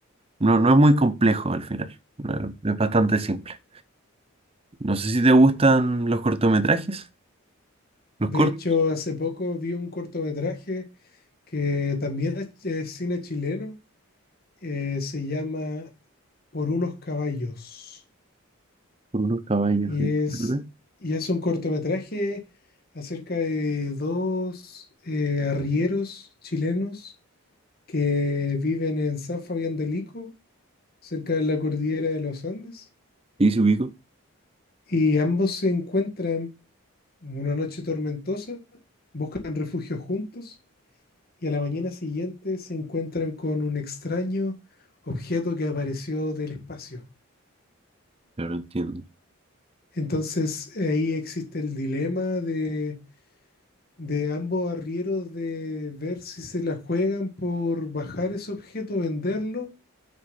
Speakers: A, on the right; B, on the left.
A: no, no es muy complejo al final. No, Es bastante simple. No sé si te gustan los cortometrajes. Los
B: De
A: cortos
B: hecho, hace poco vi un cortometraje que también es, es cine chileno. eh, se llama Por unos caballos.
A: por unos caballos.
B: Y
A: ¿eh?
B: es,
A: ¿Verdad?
B: y es un cortometraje acerca de dos eh, arrieros chilenos que viven en San Fabián del Ico, cerca de la cordillera de los Andes.
A: Sí, se ubico.
B: Y ambos se encuentran una noche tormentosa, buscan refugio juntos y a la mañana siguiente se encuentran con un extraño objeto que apareció del espacio.
A: Pero no entiendo.
B: Entonces ahí existe el dilema de, de ambos arrieros de ver si se la juegan por bajar ese objeto, venderlo